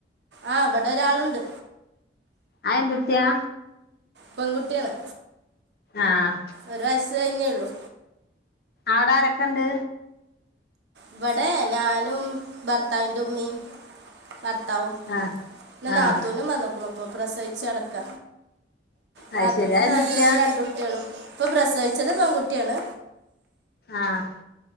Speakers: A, on the right (about 70°); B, on the left (about 55°).
A: ആ ഇവിടൊരാളുണ്ട്
B: അ് എന്തുട്ട്യാ
A: പെൺകുട്ടിയാണ്
B: ആഹ്
A: ഒരു വയസ്സ് കഴിഞ്ഞേള്ളു
B: ആടാരൊക്കെണ്ട്
A: ഇവിടെ ഞാനും ഭർത്താവിന്റെ ഉമ്മിം ഭർത്താവും
B: ആഹ്
A: പിന്നെ ന്നാത്തൂനും
B: ആഹ്
A: വന്നോക്കണ്പ്പൊ പ്രസവിച്ചട്ക്ക നാത്തൂനും
B: അത് ശരി അതെന്തുട്ടിയാ
A: നാത്തൊൻ്റെ രണ്ടുട്ട്യാളും ഇപ്പൊ പ്രസവിച്ചത് പെൺകുട്ടിയാണ്
B: ആഹ്